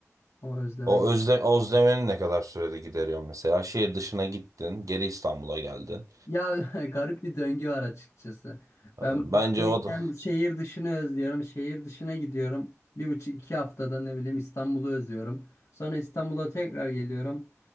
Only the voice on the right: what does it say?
O özle özlemeni ne kadar sürede gideriyor mesela? Şehir dışına gittin, geri İstanbul'a geldin.
Ee,
Bence o da